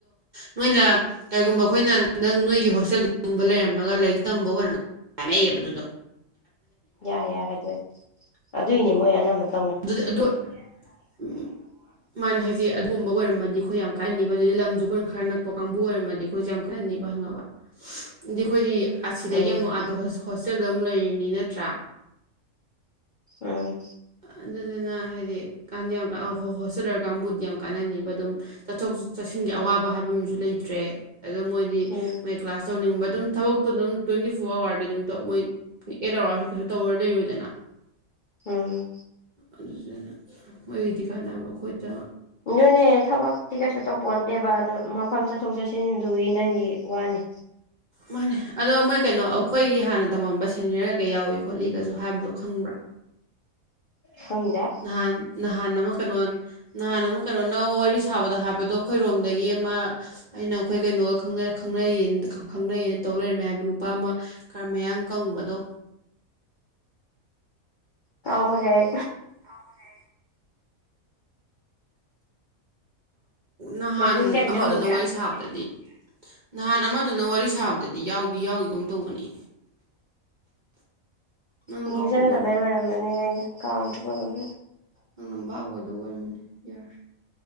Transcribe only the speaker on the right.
ꯅꯣꯏꯅ ꯀꯩꯒꯨꯝꯕ ꯑꯩꯈꯣꯏꯅꯗꯪ ꯅꯣꯏꯒꯤ ꯍꯣꯁꯇꯦꯜꯒꯨꯝꯕ ꯂꯩꯔꯝꯃꯒ ꯂꯥꯏꯔꯤꯛ ꯇꯝꯕ ꯑꯣꯏꯔꯝ ꯅꯌꯦꯗꯨꯗ
ꯑꯗꯨꯗꯤ ꯑꯗꯨ ꯎꯝ ꯃꯥꯅꯦ ꯍꯥꯏꯁꯦ ꯑꯗꯨꯒꯨꯝꯕ ꯑꯣꯏꯔꯃꯗꯤ ꯑꯩꯈꯣꯏ ꯌꯥꯝ ꯀꯥꯏꯍꯟꯅꯤꯕ ꯑꯗꯨꯗꯤ ꯂꯝꯁꯨ ꯑꯩꯈꯣꯏꯅ ꯈꯔ ꯅꯛꯄ ꯀꯥꯡꯕꯨ ꯑꯣꯏꯔꯃꯗꯤ ꯑꯩꯈꯣꯏꯁꯦ ꯌꯥꯝ ꯀꯟꯅ ꯅꯤꯕ ꯍꯪꯉꯕ ꯑꯗꯤ ꯑꯩꯈꯣꯏꯗꯤ ꯑꯁꯤꯗꯒꯤ
ꯑꯃꯨꯛ ꯑ ꯍꯣꯁꯇꯦꯜꯗ ꯑꯃꯨꯛ ꯂꯩꯔꯤꯅꯤ ꯅꯠꯇ꯭ꯔꯥ
ꯑꯗꯨꯗꯨꯅ ꯍꯥꯏꯗꯤꯀꯥꯟꯗꯤ ꯌꯥꯝ ꯍꯣꯁꯇꯦꯜ ꯑꯣꯏꯔꯀ ꯀꯥꯡꯕꯨꯗꯤ ꯌꯥꯝ ꯀꯥꯟꯅꯅꯤꯕ ꯑꯗꯨꯝ ꯆꯠꯊꯣꯛ ꯆꯠꯁꯤꯟꯒꯤ ꯑꯋꯥꯕ ꯍꯥꯏꯕ ꯑꯃꯁꯨ ꯂꯩꯇ꯭ꯔꯦ ꯑꯗꯣ ꯃꯣꯏꯗꯤ
ꯃꯣꯏ ꯀ꯭ꯂꯥꯁ ꯇꯧꯅꯤꯡꯕ ꯑꯗꯨꯝ ꯊꯕꯛꯇꯣ ꯑꯗꯨꯝ ꯇ꯭ꯋꯦꯟꯇꯤ ꯐꯣꯔ ꯑꯋꯥꯔꯗꯤ ꯑꯗꯨꯝ ꯃꯣꯏ ꯑꯦꯠ ꯑꯋꯥꯔꯁꯨ ꯀꯩꯁꯨ ꯇꯧꯔ ꯂꯩꯔꯣꯏꯗꯅ
ꯑꯗꯨꯗꯨꯅ ꯃꯣꯏꯒꯤꯗꯤ ꯀꯥꯟꯅꯕ ꯈꯣꯣꯏꯠꯇ
ꯃꯥꯅꯦ ꯑꯗꯣ ꯃꯣꯏ ꯀꯩꯅꯣ ꯑꯩꯈꯣꯏꯒꯤ ꯍꯥꯟꯅ ꯇꯝꯃꯝꯕ ꯁꯦꯅꯤꯌꯔ ꯀꯩ ꯀꯩ ꯌꯥꯎꯏ ꯈꯣꯠꯂꯤꯒꯁꯨ ꯍꯥꯏꯕꯗꯣ ꯈꯪꯕ꯭ꯔꯥ
ꯅꯍꯥꯟ ꯅꯍꯥꯟ ꯑꯃꯃꯛ ꯀꯩꯅꯣ ꯅꯍꯥꯟ ꯑꯃ ꯀꯩꯅꯣꯅ ꯋꯥꯔꯤ ꯁꯥꯕꯗ ꯍꯥꯏꯕꯗꯣ ꯈꯣꯏꯔꯣꯝꯗꯒꯤ ꯑꯃ ꯑꯩꯅ ꯑꯩꯈꯣꯏ ꯀꯩꯅꯣꯒ ꯈꯪꯅꯩꯌꯦ ꯈꯪꯅꯩꯌꯦꯅ ꯇꯧ ꯂꯩꯔꯝꯃꯦ ꯍꯥꯏꯕ ꯅꯨꯄꯥ ꯑꯃ ꯈꯔ ꯃꯌꯥ ꯀꯪꯕꯗꯣ
ꯑꯥꯎ ꯀꯁꯦ ꯅꯍꯥꯟ
ꯑꯃꯗꯨꯅ ꯋꯥꯔꯤ ꯁ ꯁꯥꯕꯗꯗꯤ ꯅꯍꯥꯟ ꯑꯃꯗꯨꯅ ꯋꯥꯔꯤ ꯁꯥꯕꯗꯗꯤ ꯌꯥꯎꯗꯤ ꯌꯥꯎꯏꯒꯨꯝ ꯇꯧꯕꯅꯤ ꯅꯪꯅ
ꯀꯥꯎꯕ
ꯅꯪꯅ ꯕꯥꯕ ꯑꯣꯏꯗꯕ ꯑꯣꯏꯔꯝꯃꯅꯤ ꯌꯥꯔꯦ